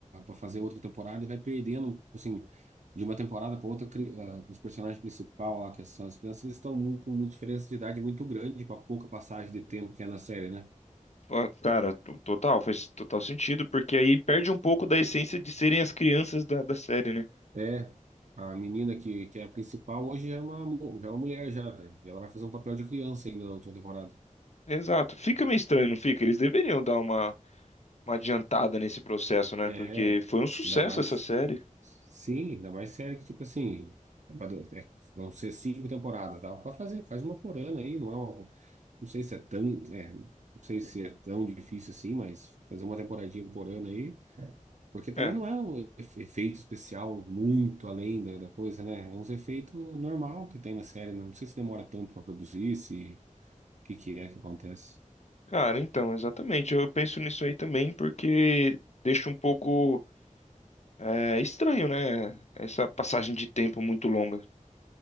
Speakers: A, on the right; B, on the left.
A: fazer outra temporada e vai perdendo, assim, de uma temporada para outra, cri- ah, os personagens principais lá, que são as crianças, eles estão mu- com uma diferença de idade muito grande para pouca passagem de tempo que é na série, né?
B: Ah, Cara, to- total, faz total sentido, porque aí perde um pouco da essência de serem as crianças da, da série, né?
A: É, a menina que, que é a principal hoje já é uma, mu- já é uma mulher já, velho. E ela vai fazer um papel de criança ainda na última temporada.
B: Exato. Fica meio estranho, não fica? Eles deveriam dar uma, uma adiantada nesse processo,
A: É,
B: né? Porque foi um sucesso
A: ainda mais.
B: essa série.
A: Sim, ainda mais série que, tipo assim, é pra, do- é, vão ser cinco temporadas, dá pra fazer, faz uma por ano aí, não é uma. Não sei se é tão, é, não sei se é tão difícil assim, mas fazer uma temporadinha por ano aí, porque também
B: É.
A: não é um efe- efeito especial muito além da, da coisa, né? É uns efeitos normal que tem na série, né? Não sei se demora tanto para produzir, se o que que é que acontece.
B: Cara, então, exatamente. Eu penso nisso aí também porque deixa um pouco é, estranho, né? Essa passagem de tempo muito longa.